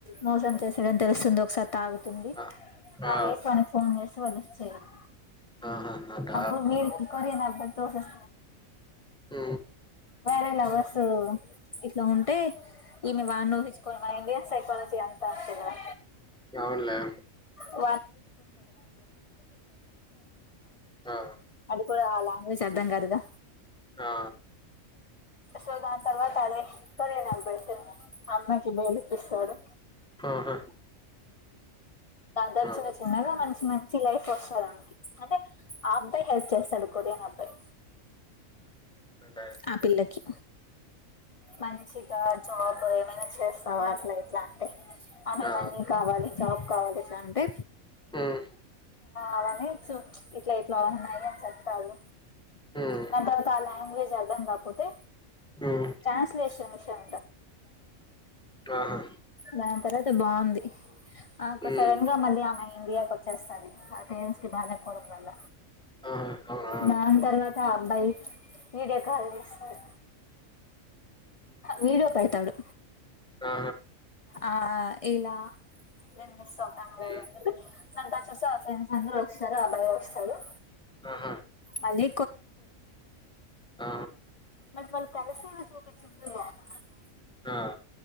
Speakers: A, on the left (about 45°); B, in the centre.
A: మోసం చేసాడని తెలుస్తుంది ఒకసారి తాగు ంది
B: ఆ
A: తగే
B: ఆ!
A: మనకి ఫోన్ చేస్తే వాడు లిఫ్ట్ చేయడు
B: ఆహా అట
A: అప్పుడు కొరియన్ అబ్బాయితో <unintelligible>
B: హు
A: వేరే లవర్స్ ఇట్లా ఉంటే ఈమే వన్నీ ఊహించుకొని మన ఇండియన్ సైకాలజీ అంత అంతే కదా
B: అవునులే
A: <unintelligible>
B: ఆ
A: కూడ ఆ లాంగ్వేజ్ అర్థం కాదుగా
B: ఆ
A: సో దాని తర్వాత అదే సరే కొరియన్ అబ్బాయి సార్ అమ్మాకి బయలుప్పిస్తాడు
B: ఆహా
A: దాని
B: ఆ
A: చిన్న చిన్నగా మంచి మంచి లైఫ్ వస్తది ఆమెకి అంటే ఆ అబ్బాయి హెల్ప్ చేస్తాడు కొరియన్ అబ్బాయి
B: అలే
A: ఆ పిల్లకి మంచిగా జా ఏమైనా చేస్తావా అట్లా ఇట్లా అంటే ఆమె
B: ఆ
A: మనీ కావాలి జాబ్ కావాలి ఇట్ల అంటే
B: హ్మ్
A: అవని చు ఇట్ల ఇట్ల ఉన్నాయి అని చెప్తారు
B: హ్మ్
A: దాని తర్వాత అల లాంగ్వేజ్ అర్ధం కాకపోతే
B: హ్మ్
A: ట్రాన్స్లేషన్ విషయం
B: ఆహా
A: దాని తర్వాత బాగుంది ఆ
B: హ్మ్
A: సడన్ గా మళ్ళీ ఆమె ఇండియాకి వచ్చేస్తది వాళ్ళ పేరెంట్స్ కి బాగలేపోవడం వల్ల
B: ఆహా అవునా
A: దాన్ తర్వాత అబ్బాయి వీడియో కాల్ చేస్తడు విడియో పెడతాడు
B: ఆ
A: ఆ ఇలా నేను మిస్ అవుతామో
B: హ్మ్
A: <unintelligible> <unintelligible>
B: ఆహా
A: <unintelligible> ఆమె
B: ఆ
A: బట్ వాళ్ళు కలిసేవి <unintelligible>
B: ఆ